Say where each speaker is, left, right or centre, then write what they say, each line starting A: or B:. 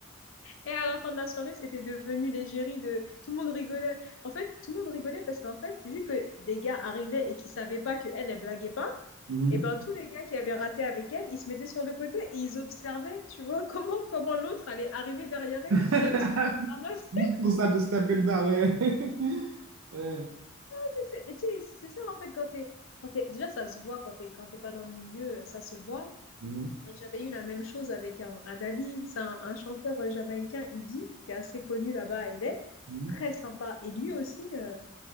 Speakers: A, on the left (about 70°); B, on the right (about 75°).
A: Et à la fin de la soirée, c'était devenu l'égérie de tout le monde rigolait. En fait, tout le monde rigolait parce qu'en fait, vu que des gars arrivaient et qui savaient pas que elle, elle blaguait pas,
B: mhm.
A: et ben tous les gars qui avaient raté avec elle, ils se mettaient sur le côté et ils observaient, tu vois, <laughs> comment, comment l'autre allait arriver derrière elle
B: <laughs>
A: et qu'il allait se faire ramasser.
B: Juste pour ça, se taper le bar, ouais. <laughs> Ouais.
A: <laughs> Mais, mais tu sais, c'est ça en fait, quand t'es, quand t'es- déjà ça se voit, quand t'es, quand t'es pas dans le milieu, ça se voit.
B: Mhm,
A: Mais j'avais eu la même chose avec un, un ami, c'est un, un chanteur jamaïcain, Idi, qui est assez connu là-bas à LA,
B: mhm.
A: très sympa. Et lui aussi, euh,